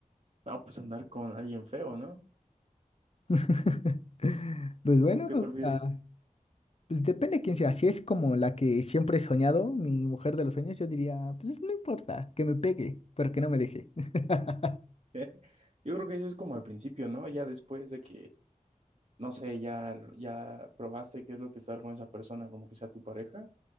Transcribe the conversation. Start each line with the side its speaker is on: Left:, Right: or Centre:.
Right: No, pues andar con alguien feo, ¿no?
Left: <laughs> Pues bueno,
Right: ¿Tú qué
Left: o
Right: prefieres?
Left: sea, pues depende de quién sea, si es como la que siempre he soñado, mi mujer de los sueños, yo diría, pues no importa, que me pegue, pero que no me deje. <laughs>
Right: <laughs> Yo creo que eso es como al principio, ¿no? Ya después de que, no sé, ya, ya probaste qué es lo que es estar con esa persona, como que sea tu pareja,